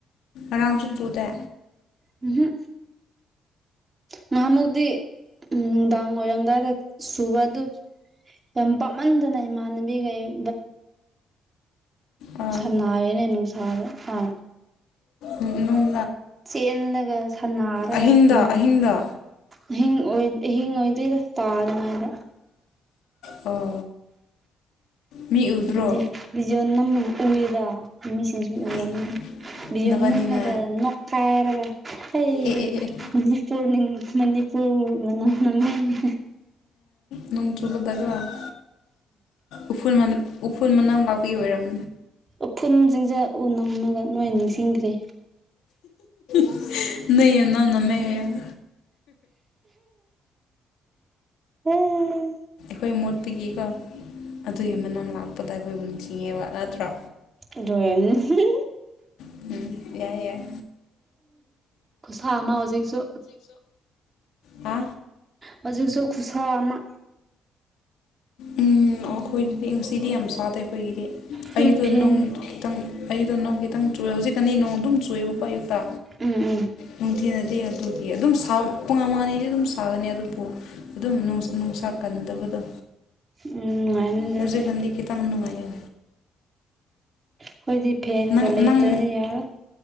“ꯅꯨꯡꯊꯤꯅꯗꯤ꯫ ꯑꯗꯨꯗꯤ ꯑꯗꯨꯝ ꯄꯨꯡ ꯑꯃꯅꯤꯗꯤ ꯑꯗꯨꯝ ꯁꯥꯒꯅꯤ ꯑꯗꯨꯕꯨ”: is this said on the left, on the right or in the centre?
Left